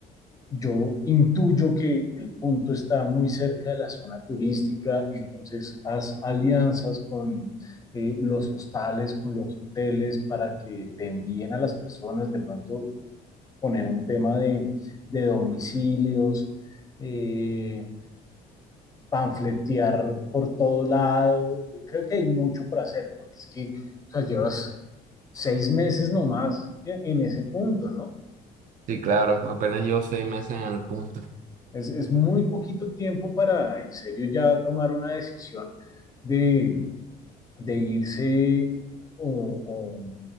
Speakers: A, on the left (about 20°); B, on the right (about 50°).
A: yo intuyo que el punto está muy cerca de la zona turística, entonces haz alianzas con eh, los hostales, con los hoteles, para que te envíen a las personas, de pronto poner un tema de, de domicilios, eh, panfletear por todo lado. Yo creo que hay mucho por hacer, porque es que o sea, llevas seis meses nomás en ese punto, ¿no?
B: Sí, claro, apenas llevo seis meses en el punto.
A: Es, es muy poquito tiempo para en serio ya tomar una decisión de, de irse o, o-